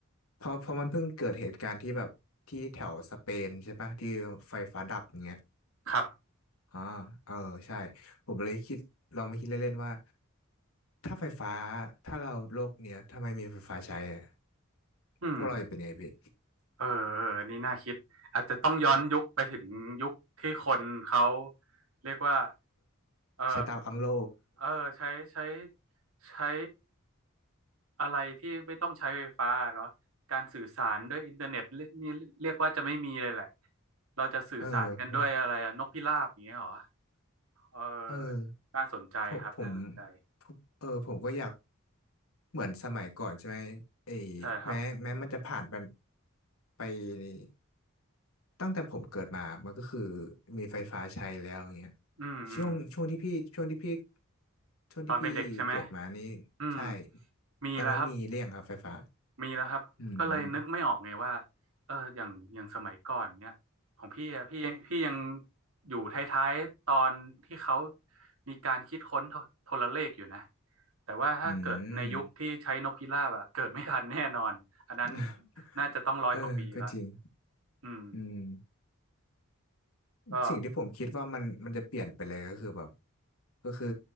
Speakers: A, on the left (about 80°); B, on the right (about 75°).
A: เพราะเพราะมันเพิ่งเกิดเหตุการณ์ที่แบบที่แถวสเปนใช่ปะที่ไฟฟ้าดับอย่างเงี้ย
B: ครับ
A: อ่าเออใช่ผมเลยคิดลองมาคิดเล่นๆว่าถ้าไฟฟ้าถ้าเราโลกเนี้ยถ้าไม่มีไฟฟ้าใช้อะ
B: อืม
A: พวกเราจะเป็นไงพี่
B: เออเออนี่น่าคิดอาจจะต้องย้อนยุคไปถึงยุคที่คนเขาเรียกว่าเออ
A: ใช้เตาอังโล
B: เออใช้ใช้ใช้อะไรที่ไม่ต้องใช้ไฟฟ้าเนาะการสื่อสารด้วยอินเทอร์เน็ตเรียกนี่เรียกว่าจะไม่มีเลยแหละเราจะสื่อสารกันด้วยอะไรอะนกพิราบอย่างเงี้ยเหรอ
A: <laughs> เออมัน
B: เออ
A: เออ
B: น่าสนใจครับน่าสนใจ
A: ผมผมเออ ผมก็อยากเหมือนสมัยก่อนใช่ไหมไอ้
B: ใช่ครับ
A: แม้แม้มันจะผ่านไปไปตั้งแต่ผมเกิดมา มันก็คือมีไฟฟ้าใช้แล้วอย่างเงี้ย
B: อืมอืม
A: ช่วงช่วงที่พี่ช่วงที่พี่ช่วงที่พี่เกิดมานี่
B: ตอนเป็นเด็กใช่ไหมอืม
A: ใช่
B: มีแล้วครับ
A: ตอนนั้นมีเรี่ยงครับไฟฟ้า
B: มีแล้วครับก็เลยนึกไม่ออกไงว่า
A: อืม
B: เอออย่างอย่างสมัยก่อนเนี่ยของพี่อะพี่พี่ยังอยู่ท้ายๆตอนที่เขามีการคิดค้นโทโทรเลขอยู่นะแต่ว่าถ้าเกิดในยุคที่ใช้นกพิราบอะเกิดไม่ทันแน่นอนอันนั้น
A: อืม <laughs>
B: น่าจะต้องร้อยกว่าปีละ
A: เออ ก็จริง
B: อืม
A: อืม
B: ก็
A: สิ่งที่ผมคิดว่ามันมันจะเปลี่ยนไปเลยก็คือแบบก็คือ